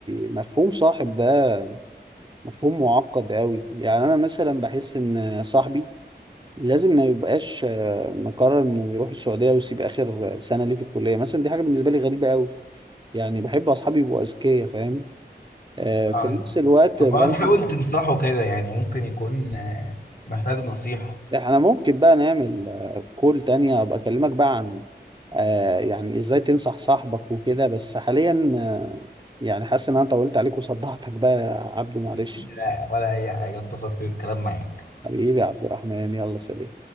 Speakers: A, on the right (about 25°); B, on the left (about 55°).
A: مفهوم صاحب ده مفهوم معقد قوي يعني انا مثلا بحس ان صاحبي لازم ما يبقاش آه، مقرر انه يروح السعوديه ويسيب اخر سنه ليه في الكليه مثلا دي حاجه بالنسبه لي غريبه قوي يعني بحب اصحابي يبقوا اذكياء فاهم آه، في
B: اه
A: نفس
B: انت
A: الوقت
B: طب
A: برضه
B: ما تحاول تنصحه كده يعني ممكن يكون آه، محتاج نصيحة
A: احنا ممكن بقى نعمل آه، كول تانية ابقى اكلمك بقى عن آه، يعني ازاي تنصح صاحبك وكده بس حاليا آه، يعني حاسس ان انا طولت عليك وصدعتك بقى يا عبدو معلش
B: لا ولا اي حاجة اتبسطت بالكلام معاك
A: حبيبي يا عبد الرحمن يلا سلام